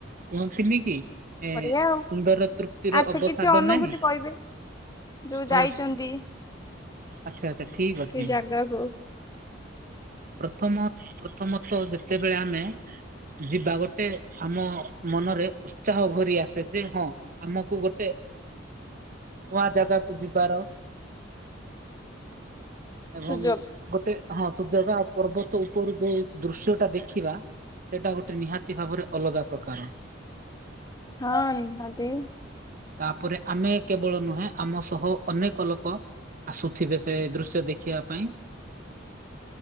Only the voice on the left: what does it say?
ବଢିଆ ଆଉ
ଆଚ୍ଛା
କିଛି ଅନୁଭୂତି
କହିବେ ଯୋଉ ଯାଇଛନ୍ତି।
ସେ ଜାଗାକୁ।
ସୁଯୋଗ।
ହଁ ରୁହନ୍ତି।